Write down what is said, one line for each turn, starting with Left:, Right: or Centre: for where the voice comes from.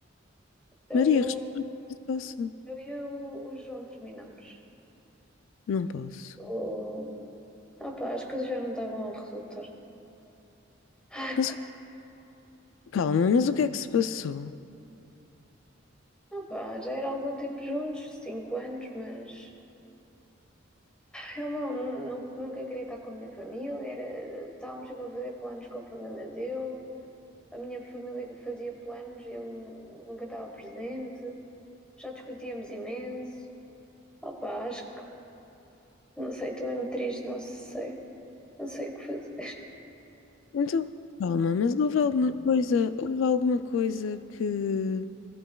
Centre: eu,
Left: Maria,
Centre: eu,
Left: responde. O que é que se passa?
Centre: eu e o, o João terminamos.
Left: Não posso.
Centre: Oh, opá, as coisas já não estavam a resultar. Ai,
Left: Mas
Centre: pá,
Left: calma, mas o que é que se passou?
Centre: opá, já era algum tempo juntos, cinco anos, mas eu não, não- nunca queria estar com a minha família, era, estávamos sempre a fazer planos com a família dele. A minha família fazia planos, eu nunca estava presente. Já discutíamos imenso. Opa, acho que não sei, estou mesmo triste, não sei. Não sei o que fazer.
Left: Então, calma, mas houve alguma coisa, houve alguma coisa que